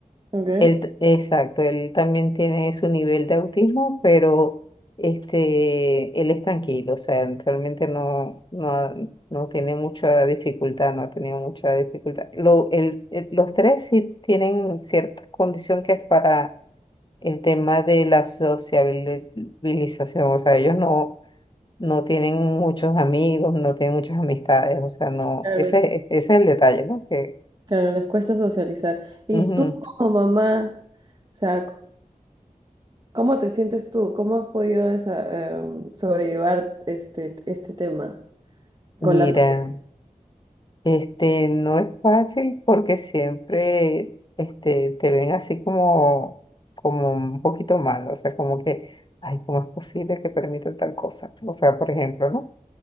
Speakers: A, on the right; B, on the left.
A: ok.
B: él, t- exacto, él también tiene su nivel de autismo, pero este, él es tranquilo, o sea, realmente no, no, ha- no tiene mucha dificultad, no ha tenido mucha dificultad. Lo, el, el- los tres sí tienen cierta condición que es para el tema de la sociabilización, o sea, ellos no, no tienen muchos amigos, no tienen muchas amistades, o sea, no,
A: Claro,
B: ese, ese es el detalle, ¿no? Que,
A: claro, les cuesta socializar. ¿Y
B: ujú,
A: tú como mamá? O sea, ¿Cómo te sientes tú? ¿Cómo has podido desa- em, sobrellevar este, este tema con
B: mira.
A: la sociedad?
B: Este, no es fácil porque siempre este, te ven así como, como un poquito mal, o sea, como que, ay, ¿cómo es posible que permitan tal cosa? O sea, por ejemplo, ¿no?